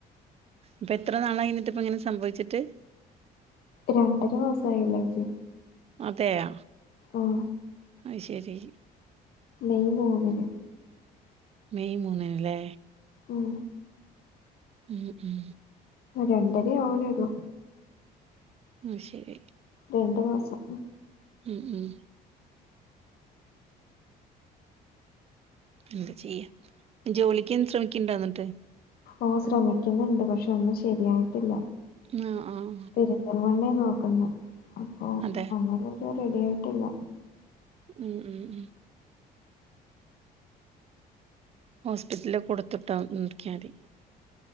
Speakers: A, on the right; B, on the left.
A: പ്പൊ എത്ര നാളായി ന്ന്ട്ട്പ്പങ്ങനെ സംഭവിച്ചിട്ട്
B: രണ്ടര മാസ ആയില്ല ച്ചി
A: അതെയ
B: ആഹ്
A: ആഹ് ശരി
B: മെയ് മൂന്നിന്
A: മെയ് മൂന്നിന് ലേ
B: ഉം
A: ഉം ഉം
B: രണ്ടര ആവ്ണള്ളോ
A: ഉം ശരി
B: രണ്ട് മാസം
A: ഉം ഉം എന്താ ചെയ്യ ജോലിക്കും ശ്രമിക്ക്ണ്ടന്നിട്ട്
B: ഓഹ് ശ്രമിക്കുന്നുണ്ട് പക്ഷെ ഒന്നും ശരിയായിട്ടില്ല
A: ആഹ് ആഹ്
B: പെരുന്തൽമണ്ണേ നോക്കുന്നെ അപ്പൊ
A: അതെ
B: <unintelligible> റെഡി ആയിട്ടില്ല
A: ഉം ഉം ഉം ഹോസ്പിറ്റലിൽ കൊടുത്തിട്ടാ <unintelligible> ക്കാൽ മതി